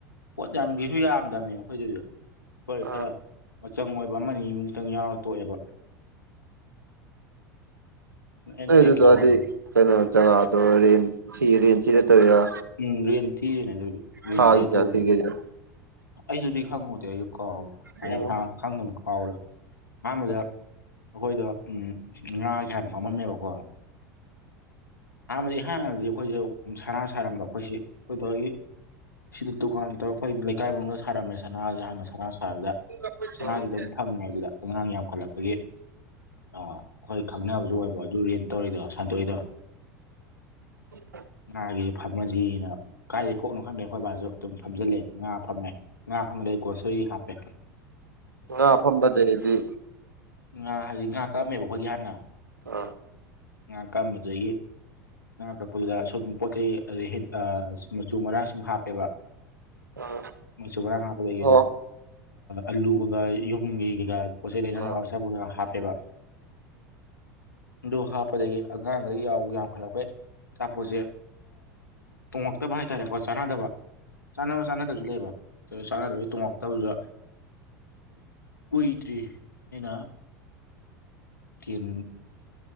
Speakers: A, on the left; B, on the right.
A: ꯄꯣꯠ ꯌꯥꯝꯒꯤꯁꯨ ꯌꯥꯝꯗꯕꯅꯦ ꯑꯩꯈꯣꯏꯗꯨꯁꯨ ꯈꯣꯏ
B: ꯑꯥ
A: ꯈꯔ ꯃꯆꯪ ꯑꯣꯏꯕ ꯑꯃꯅꯤ ꯑ ꯑꯃꯨꯛꯇꯪ ꯌꯥꯎꯔ ꯇꯣꯛꯑꯦꯕ ꯑꯇꯩꯒꯤꯁꯨ
B: ꯅꯗꯨ ꯑꯗꯤ
A: ꯌꯥꯎꯗꯦ
B: ꯀꯅ ꯖꯒꯥꯗꯣ ꯔꯔꯤ ꯊ ꯔꯔꯤ ꯊ ꯌꯥ
A: ꯎꯝ ꯔꯦꯟ ꯊꯤꯔꯤꯅꯦ ꯑꯗꯨꯒꯤ ꯔꯦꯟ
B: ꯊꯥ
A: ꯊꯤꯔ
B: ꯆ
A: ꯇꯧꯕꯅꯦꯕ
B: ꯊꯒꯦꯖ
A: ꯑꯩꯗꯨꯗꯤ ꯈꯪꯉꯨꯗꯦ ꯑꯩꯁꯨ ꯀꯥꯎꯔꯦꯅ
B: ꯑꯣ
A: ꯈꯪꯗꯅ ꯀꯥꯎꯔꯦ ꯑꯍꯥꯟꯕꯗ ꯑꯩꯈꯣꯏꯗꯣ ꯎꯝ ꯉꯥꯒꯤ ꯍꯥꯟꯅ ꯐꯝꯃꯝꯃꯦꯕꯀꯣ ꯑꯍꯥꯟꯕꯗꯤꯍꯥꯟꯥꯟꯕꯗꯤ ꯑꯩꯈꯣꯏꯁꯦ ꯁꯅꯥ ꯁꯥꯔꯝꯕ ꯑꯩꯈꯣꯏꯁꯤ ꯑꯩꯈꯣꯏꯒꯤ ꯁꯤꯗ ꯗꯨꯀꯥꯟ ꯇꯧꯔ ꯑꯩꯈꯣꯏ ꯂꯩꯀꯥꯏ ꯃꯅꯨꯡꯗ ꯁꯥꯔꯝꯃꯦ ꯁꯅꯥꯁꯦ ꯍꯥꯟꯅ ꯁꯅꯥ ꯁꯥꯕꯗ
B: ꯑꯥ
A: ꯁꯉꯥꯏꯁꯨ ꯑꯗꯨꯝ ꯐꯪꯉꯦ ꯑꯗꯨꯗ ꯑꯉꯥꯡ ꯌꯥꯝ ꯆꯥꯎꯈꯠꯂꯛꯄꯒꯤ ꯑꯩꯈꯣꯏ ꯈꯪꯅꯕꯁꯨ ꯑꯣꯏꯕꯣ ꯑꯗꯨ ꯔꯦ ꯇꯧꯔꯤꯗꯣ ꯁꯟꯗꯣꯛꯏꯗꯣ
B: ꯑ
A: ꯉꯥꯒꯤꯁꯨ ꯐꯝꯃꯖꯤꯅ ꯀꯥꯏꯗꯦ ꯀꯣꯛꯅꯣ ꯈꯪꯗꯦ ꯑꯩꯈꯣꯏ ꯕꯥꯁꯨ ꯑꯗꯨꯝ ꯐꯝꯖꯤꯜꯂꯦ ꯉꯥ ꯐꯝꯃꯦ ꯉꯥ ꯐ ꯃ ꯁꯔꯤ ꯍꯥꯄꯦ
B: ꯑ ꯐꯝꯕꯇꯩꯗꯤ
A: ꯉꯥ ꯍꯥꯏꯗꯤ ꯉꯥ ꯇꯥꯑꯝꯃꯦꯕ ꯑꯩꯈꯣꯏꯒꯤ ꯍꯥꯟꯅ
B: ꯑꯥ
A: ꯉꯍꯥꯛ ꯀꯔꯝꯕꯗꯒꯤ ꯉꯥ ꯀꯛꯄꯗꯨꯗ ꯁꯨꯝ ꯄꯣꯠ ꯆꯩ ꯑꯗꯩ ꯃꯆꯨ ꯃꯔꯥꯡ ꯁꯨꯝ ꯍꯥꯞꯄꯦꯕ
B: ꯑꯥ
A: ꯃꯁꯨꯥ ꯍꯥ ꯄ ꯂꯩꯦ
B: ꯍꯣ
A: ꯑꯜꯂꯨ ꯀꯒꯥ ꯌꯨꯡ ꯀꯀꯥ ꯄꯁꯤ
B: ꯑꯥ
A: ꯆꯥ ꯄꯨ ꯍꯥꯄ ꯑꯦꯕ ꯅꯨ ꯍꯞ ꯑꯗꯒꯤ ꯑꯉꯥꯡꯗ ꯌꯥꯎꯕ ꯌꯥꯝꯈꯠꯂꯛꯄꯩ ꯑꯆꯥꯄꯣꯠꯁꯦ ꯇꯣꯡꯉꯛꯇꯕ ꯍꯥꯏꯇꯥꯔꯦꯀꯣ ꯆꯥꯟꯅꯗꯕ ꯆꯥꯅꯕ ꯆꯥꯅꯗꯕꯁꯨ ꯂꯩꯕ ꯑꯗꯨ ꯆꯥꯅꯗꯕꯩ ꯇꯣꯡꯉꯛꯇꯕꯁꯨ ꯀꯨꯏꯇ꯭ꯔꯤ ꯑꯅꯥ ꯇꯦꯟ